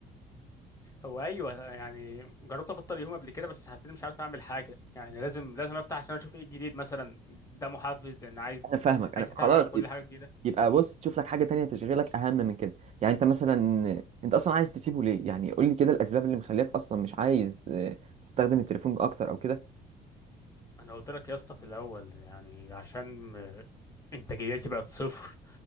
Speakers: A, on the left; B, on the right.
A: هو ايوه يعني جربت ابطل يوم قبل كده بس حسيت مش عارف اعمل حاجه يعني لازم لازم افتح عشان اشوف ايه الجديد مثلا ده محفز ان عايز
B: انا فاهمك انا
A: عايز اتابع
B: خلاص
A: كل
B: يب-
A: حاجه جديده
B: يبقى بص تشوف لك حاجه تانية تشغلك اهم من كده يعني انت مثلا انت اصلا عايز تسيبه ليه يعني قول لي كده الاسباب اللي مخليك اصلا مش عايز آه، تستخدم التليفون اكتر او كده
A: انا قلت لك يا اسطى في الاول يعني عشان انتاجيتي بقت صفر